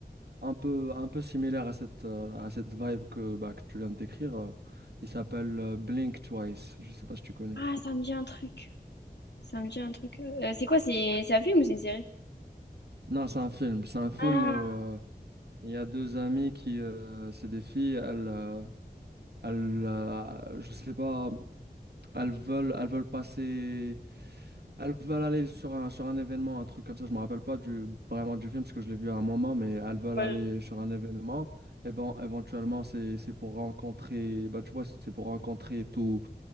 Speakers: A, on the right; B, on the left.
A: un peu, un peu similaire à cette, euh, à cette vibe que, bah, que tu viens de décrire. euh. Il s'appelle euh, Blink Twice, je sais pas si tu connais.
B: Ah, ça me dit un truc. Ça me dit un truc. Euh, c'est quoi? C'est c'est un film ou c'est une série?
A: Non, c'est un film, c'est un film
B: Ah,
A: où euh, il y a deux amies qui, euh, c'est des filles, elles, euh, elles, euh, je sais pas. Elles veulent, elles veulent passer, elles veulent aller sur un, sur un événement, un truc comme ça. Je me rappelle pas du, vraiment du film parce que je l'ai vu à un moment, mais elles veulent
B: ouais.
A: aller sur un événement. Et ben, éventuellement, c'est, c'est pour rencontrer, bah tu vois, c'est pour rencontrer tout